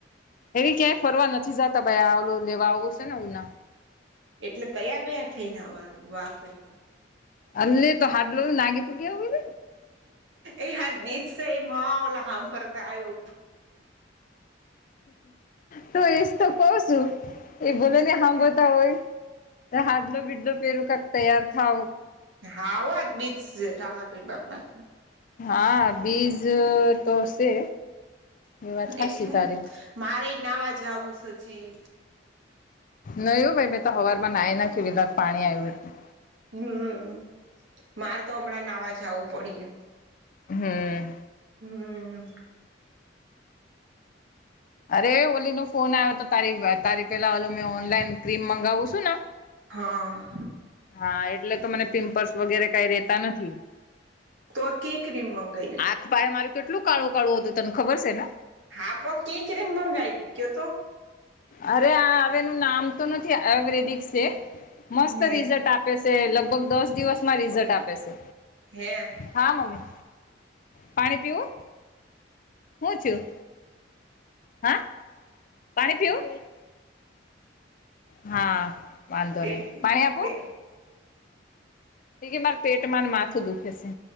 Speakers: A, on the left; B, on the right.
A: એવી ક્યાંય ફરવા નથી જતા ભાઈ આવલો લેવા આવો છે ને ઉના
B: એટલે તૈયાર બિયાર થઈને આવાનું વા ભાઈ વા
A: લે તો <unintelligible> લાગી તો ગયા હોય ને
B: એ હા બીચ એ મા ઓલા હ પરતા આ <unintelligible>
A: તું એશ તો કવ છું. એ ભલે ને હાંભડતા હોય, ત્યાં હાડલો બીડલો પેરું કક તૈયાર થાવ.
B: હા હોજ બીજ છે, રામાપીર બાપા.
A: હા, બીજ તો છે. એ વાત હાચી
B: એટલે
A: તારી
B: મારે નાવા જ આવું હજી
A: નાયુ ભાઈ મેં તો હવાર માં નાય નાખ્યું વિલા પાણી આવ્યું એટલે
B: હમ્મ, મારે તો હમણાં નાવા જવું પડીએ
A: હમ્મ.
B: હમ્મ.
A: અરે ઓલી નો ફોન આવ્યો તો તારી, તારી પેલા ઓલો મેં ઓનલાઈન ક્રીમ મગાવું છું ને.
B: હા.
A: હા, એટલે તો મને પિમ્પલ્સ વગેરે કઈ રેતા નથી.
B: તોકી ક્રીમ મગાઈને.
A: <unintelligible> મારું કેટલું કાળું કાળું હતું તને ખબર છે, ને.
B: હા પો કી ક્રીમ મંગાવી કયો તો?
A: અરે આ હવેનું નામ તો નથી, આયુર્વેદિક છે, મસ્ત
B: હે
A: રિઝલ્ટ આપ આપે છે, લગભગ દસ દિવસમાં રિઝલ્ટ આપે છે.
B: હે.
A: હા મમ્મી, પાણી પીવું? હું થયું? હા, પાણી પીવુ? <inaudible> હા. વાંધો નહી
B: એક
A: પાણી આપો
B: બે.
A: કે માર પેટમાંને માથું દુખે છે.